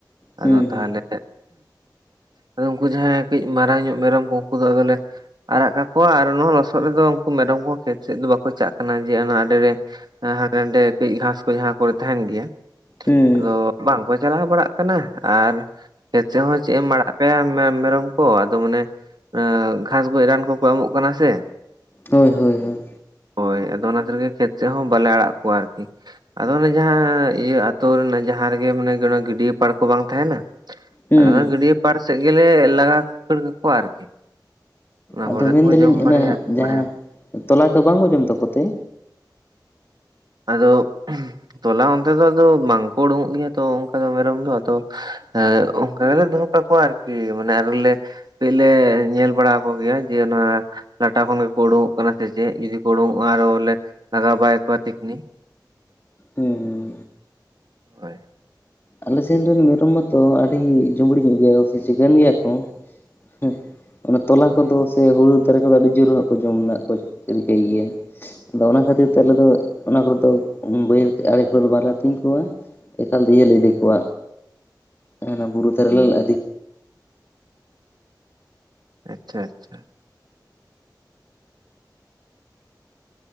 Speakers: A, on the left; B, on the right.
A: ᱦᱩᱸ
B: ᱟᱫᱚ ᱛᱟᱦᱚᱞᱮ
A: ᱦᱩᱸ
B: ᱟᱫᱚ ᱩᱱᱠᱩ ᱡᱟᱦᱟᱸᱭ ᱠᱟᱹᱡ ᱢᱟᱨᱟᱝ ᱧᱚᱜ ᱢᱮᱨᱚᱢ ᱠᱚ ᱩᱱᱠᱩ ᱫᱚ ᱟᱫᱚᱞᱮ ᱟᱨᱟᱜ ᱠᱟᱠᱚᱣᱟ ᱟᱨ ᱱᱚᱣᱟ ᱦᱚ ᱞᱚᱥᱚᱫ ᱨᱮᱫᱚ ᱩᱱᱠᱩ ᱢᱮᱨᱚᱢ ᱠᱚᱦᱚ ᱠᱷᱮᱛ ᱥᱮᱫ ᱫᱚ ᱵᱟᱠᱚ ᱪᱟᱜ ᱠᱟᱱᱟ ᱡᱮ ᱚᱱᱟ ᱟᱰᱮᱨᱮ ᱦᱟᱸᱰᱮ ᱱᱟᱰᱮ ᱠᱟᱹᱡ ᱜᱷᱟᱸᱥ ᱠᱚ ᱡᱟᱦᱟᱸ ᱠᱚᱨᱮ ᱛᱟᱦᱮᱱ ᱜᱮᱭᱟ᱾
A: ᱦᱩᱸ
B: ᱟᱫᱚ ᱵᱟᱝᱠᱚ ᱪᱟᱞᱟᱣ ᱵᱟᱲᱟᱜ ᱠᱟᱱᱟ ᱟᱨ ᱠᱷᱮᱛ ᱥᱮᱫ ᱦᱚᱸ ᱪᱮᱫ ᱮᱢ ᱟᱲᱟᱜ ᱠᱟᱛᱷᱟ ᱢᱮ ᱢᱮᱨᱚᱢ ᱠᱚ ᱟᱫᱚ ᱢᱟᱱᱮ ᱮᱸ ᱜᱷᱟᱥ ᱜᱚᱡ ᱨᱟᱱ ᱠᱚᱠᱚ ᱮᱢᱚᱜ ᱠᱟᱱᱟ ᱥᱮ᱾
A: ᱦᱳᱭ ᱦᱳᱭ ᱦᱳᱭ᱾
B: ᱦᱳᱭ ᱟᱫᱚ ᱚᱱᱟ ᱠᱷᱟᱛᱤᱨ ᱜᱮ ᱠᱷᱮᱛ ᱥᱮᱫ ᱦᱚᱸ ᱵᱟᱞᱮ ᱟᱲᱟᱜ ᱠᱚᱣᱟ ᱟᱨᱠᱤ᱾ ᱟᱫᱚ ᱚᱱᱮ ᱡᱟᱦᱟᱸ ᱤᱭᱟᱹ ᱟᱛᱳ ᱨᱮᱱᱟᱜ ᱡᱟᱦᱟᱸ ᱨᱮᱜᱮ ᱢᱟᱱᱮ ᱜᱮ ᱟᱱᱟ ᱜᱤᱰᱭᱟᱹ ᱯᱟᱲ ᱠᱚ ᱵᱟᱝ ᱛᱟᱦᱮᱱᱟ᱾
A: ᱦᱩᱸ
B: ᱟᱫᱚ ᱚᱱᱟ ᱜᱟᱹᱰᱭᱟᱹ ᱯᱟᱲ ᱥᱮᱫ ᱜᱮᱞᱮ ᱞᱟᱜᱟ ᱠᱷᱟᱹᱲ ᱠᱟᱠᱚᱣᱟ ᱟᱨᱠᱤ᱾ ᱚᱱᱟ
A: ᱟᱫᱚ
B: ᱠᱚᱨᱮ
A: ᱢᱮᱱᱫᱟᱞᱤᱧ
B: ᱠᱚ ᱡᱚᱢ
A: ᱚᱱᱟᱹ
B: ᱵᱟᱲᱟᱭᱟ ᱟᱹᱛᱤᱧ
A: ᱡᱟᱦᱟᱸ
B: ᱵᱟᱲᱟᱭᱟᱠᱚ
A: ᱛᱚᱞᱟ ᱠᱚ ᱵᱟᱝᱠᱚ ᱡᱚᱢ ᱛᱟᱠᱚ ᱛᱮ?
B: ᱟᱫᱚ ᱛᱚᱞᱟ ᱚᱱᱛᱮ ᱫᱚ ᱟᱫᱚ ᱵᱟᱝᱠᱚ ᱩᱰᱩᱠᱚᱜ ᱜᱮᱭᱟ ᱛᱚ ᱚᱱᱠᱟ ᱫᱚ ᱢᱮᱨᱚᱢ ᱫᱚ ᱟᱫᱚ ᱦᱮᱸ ᱚᱝᱠᱟ ᱜᱮᱞᱮ ᱫᱚᱦᱚ ᱠᱟᱠᱚᱣᱟ ᱟᱨᱠᱤ᱾ ᱢᱟᱱᱮ ᱟᱨᱤᱞᱮ ᱠᱟᱹᱡ ᱞᱮ ᱧᱮᱞ ᱵᱟᱲᱟ ᱟᱠᱚ ᱜᱮᱭᱟ ᱡᱮ ᱚᱱᱟ ᱞᱟᱴᱟ ᱠᱷᱚᱱ ᱜᱮᱠᱚ ᱩᱰᱩᱜᱚᱸᱜ ᱠᱟᱱᱟ ᱥᱮ ᱪᱮᱜ, ᱡᱩᱫᱤ ᱠᱚ ᱩᱰᱩᱝᱚᱜ-ᱟ ᱟᱨᱚ ᱞᱮ ᱞᱟᱜᱟ ᱵᱟᱭ ᱠᱚᱣᱟ ᱛᱤᱠᱷᱱᱤ᱾
A: ᱦᱩᱸ ᱦᱩᱸ
B: ᱦᱳᱭ᱾
A: ᱟᱞᱮ ᱥᱮᱱ ᱫᱚ ᱢᱮᱨᱚᱢ ᱢᱟᱛᱚ ᱟᱹᱰᱤ ᱡᱩᱵᱽᱲᱤ ᱧᱚᱸᱜ ᱜᱮᱭᱟ ᱠᱚ ᱥᱮ ᱪᱤᱠᱟᱹᱱ ᱜᱮᱭᱟ ᱠᱚ ᱦᱩᱸ᱾ ᱚᱱᱟ ᱛᱚᱞᱟ ᱠᱚ ᱫᱚ ᱥᱮ ᱦᱩᱲᱩ ᱫᱟᱨᱮ ᱠᱚᱫᱚ ᱟᱹᱰᱤ ᱡᱳᱨ ᱦᱟᱸᱜ ᱠᱚ ᱡᱚᱢ ᱱᱟᱜ ᱠᱚ ᱨᱤᱠᱟᱹᱭ ᱜᱤᱭᱟ᱾ ᱟᱫᱚ ᱚᱱᱟ ᱠᱷᱟᱹᱛᱤᱨ ᱛᱮ ᱟᱞᱮ ᱫᱚ ᱚᱱᱟ ᱠᱚᱨᱮ ᱫᱚ ᱵᱟᱹᱭᱦᱟᱹᱲ ᱟᱲᱮ ᱠᱚᱨᱮ ᱫᱚ ᱵᱟᱝᱞᱮ ᱟᱛᱤᱧ ᱠᱚᱣᱟ᱾ ᱮᱠᱟᱞ ᱛᱮ ᱤᱭᱟᱹ ᱞᱮ ᱤᱫᱤ ᱠᱚᱣᱟ ᱦᱟᱸᱱᱟ ᱵᱩᱨᱩ ᱫᱷᱟᱨᱮ ᱞᱮᱞ ᱟᱫᱤ
B: ᱟᱪᱪᱷᱟ ᱟᱪᱪᱷᱟ᱾